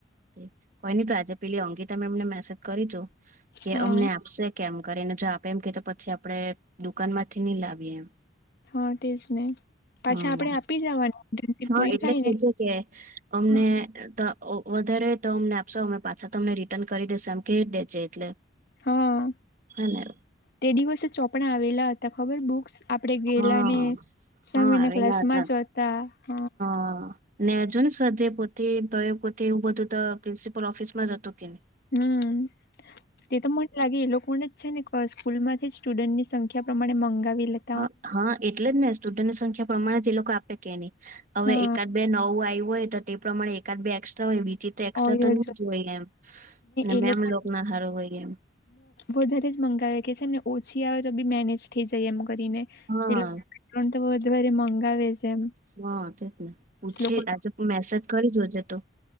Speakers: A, on the right; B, on the left.
A: કઈ ન તો આજે પેલી અંકિતા મેમને મેસેજ કરી જો કે
B: હા
A: અમને આપશે કેમ કરીને જો આપે એમ કે તો પછી આપડે દુકાન માંથી નહી લાવીએ એમ.
B: હા તેજ ને પાછા
A: હા
B: આપડે આપી જવાની ઇન્ટર્નશીપ
A: હા
B: પૂરી
A: એટલે
B: થાય
A: કે
B: ને
A: છે કે અમને.
B: હા.
A: તો વધારે તો અમને આપશો અમે પાછા તો અમને રિટર્ન કરી દેશું એમ કે દેજે એટલે.
B: હા
A: હને
B: તે દિવસે ચોપડા આવેલા હતા ખબર બુક્સ. આપણેે ગેલા
A: હા
B: ને સામેના
A: હા આવેલા
B: ક્લાસ
A: હતા
B: માં જતા હ
A: હા ને જોને સ્વાધ્યાય પોથી પ્રયોગ પોથી એવું બધું તો પ્રિન્સિપલ ઓફિસમાં જ હતું કેની
B: હમ તે તો મ લાગે એ લોકોને જ છે ને સ્કૂલ માંથી જ સ્ટુડન્ટ ની સંખ્યા પ્રમાણે મંગાવી લેતી
A: હ હા એટલે જ ને સ્ટુડન્ટની સંખ્યા પ્રમાણે જ એ લોકો આપે કે ની. હવે
B: હા
A: એકાદ બે નવું આવ્યું હોય તો તે પ્રમાણે એકાદ બે એકસ્ટ્રા હોય બીજી તે એક્સ્ટ્રા
B: ઓયલ
A: તો ની જ હોય એમ ને
B: એ
A: મેમ
B: લોકો
A: લોગના હારું હોય એમ.
B: વધારે જ મંગાવે કે છે ને ઓછી આવે તો બી મેનેજ થઈ જાય એમ કરીને.
A: હા
B: <unintelligible> મંગાવે છે એમ
A: હા તેજ ને પૂછી
B: લોકો
A: આજે મેસેજ કરી જોજે તો